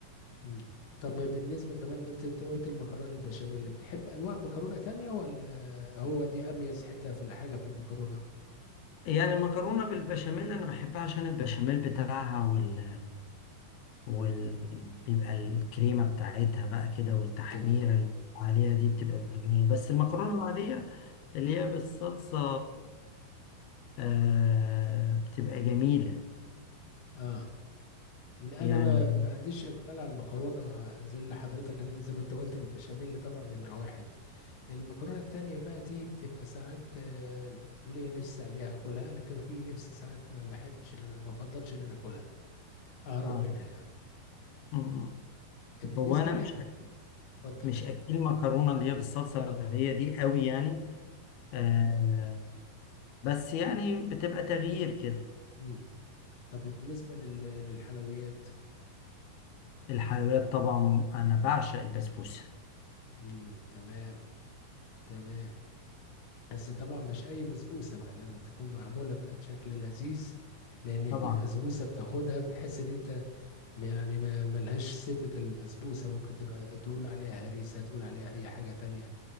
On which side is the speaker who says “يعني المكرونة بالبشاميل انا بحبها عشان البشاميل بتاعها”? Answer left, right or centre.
Left